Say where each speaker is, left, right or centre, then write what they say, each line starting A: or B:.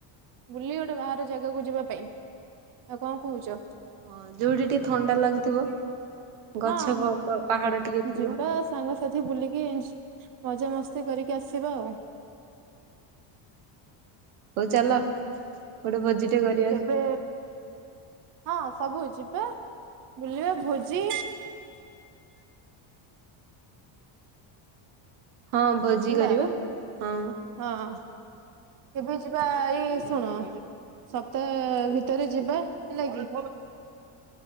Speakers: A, on the right; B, on the right.
A: ବୁଲି ଗୋଟେ ବାହାର ଜାଗାକୁ ଯିବା ପାଇଁ ନାଁ କଣ କହୁଚ?
B: ହଁ ଯୋଉଠି ଟିକେ ଥଣ୍ଡା ଲାଗୁଥିବ
A: ହଁ
B: ଗଛ ପ ପ ପାହାଡ଼ ଟିକେ ଥିବ।
A: ଯିବା ସାଙ୍ଗସାଥି ବୁଲିକି ମଜା ମସ୍ତି କରିକି ଆସିବା ଆଉ।
B: ହଉ ଚାଲ। ଗୋଟେ ଭୋଜିଟେ କରି
A: କେବେ ହଁ ସବୁ ଯିବା ବୁଲିବା ଭୋଜି
B: ହଁ ଭୋଜି
A: ହେଲା
B: କରିବା ହଁ।
A: ହଁ। କେବେ ଯିବା ଏଇ ଶୁଣ ସପ୍ତାହ ଭିତରେ ଯିବା। ହେଲାକି